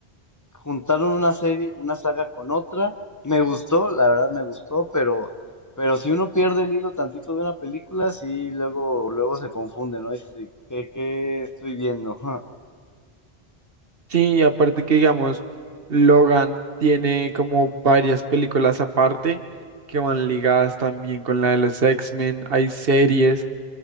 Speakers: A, on the left; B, on the right.
A: juntaron una serie, una saga con otra. Me gustó, la verdad me gustó, pero, pero si uno pierde el hilo tantito de una película, sí, luego, luego se confunde, ¿no? Dices, "¿De ¿qué, qué estoy viendo? <laughs>
B: Sí, y aparte que digamos, Logan tiene como varias películas aparte que van ligadas también con la de los X-Men. Hay series